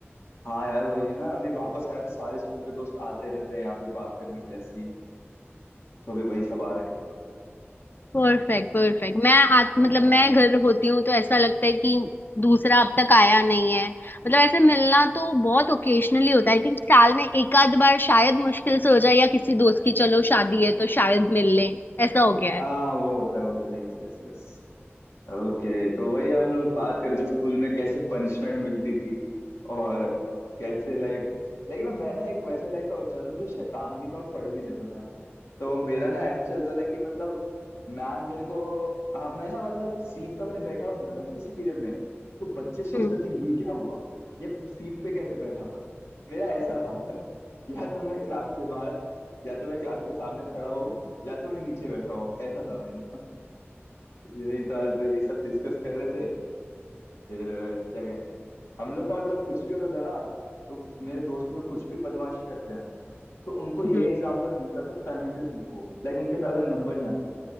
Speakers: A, on the left; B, on the left.
A: हाँ यार वही है ना अभी वापस आया तो सारे स्कूल के दोस्त आते रहते हैं यहाँ पे बात करने के लिए ऐसे ही तो अभी वही सब आ रखे थे
B: Perfect perfect मैं आ, मतलब
A: हाँ
B: मैं घर होती हूँ तो ऐसा लगता है कि दूसरा अब तक आया नहीं है मतलब ऐसे मिलना तो बहुत ओकेजनली होता है आई थिंक साल में एक आध बार शायद मुश्किल से हो जाए या किसी दोस्त की चलो शादी है तो शायद मिल ले ऐसा हो गया है
A: हाँ वो होता है होता है यस यस यस ओके तो वही हम लोग बात करते थे स्कूल में कैसे पनिशमेंट मिलती थी और कैसे लाइक लेकिन मैं ना एक वैसा टाइप का बच्चा था जो शैतान भी था और पढ़ भी लेता था तो मेरा ना ऐसे चलता था कि मतलब मैम मेरे को हाँ, मैं ना मतलब सीट पे अपने बैठा हुआ मिलता था ना किसी पीरियड में तो बच्चे सोचते
B: हम्म
A: थे ये क्या हुआ ये सीट पे कैसे बैठा हुआ है मेरा ऐसा था <laughs> या तो मैं क्लास से बाहर या तो मैं क्लास के सामने खड़ा हूँ या तो मैं नीचे बैठा हूँ ऐसा था मेरा यही था तो यही सब डिस्कस कर रहे थे फिर अ, क्या कहते हैं हम लोग का मतलब कुछ भी होता था ना तो मेरे दोस्त लोग कुछ भी बदमाशी करते हैं तो उनको यही
B: हम्म
A: एग्जाम्पल मिलता था तने से सीखो लाइक उनके अगर नंबर नहीं आते थे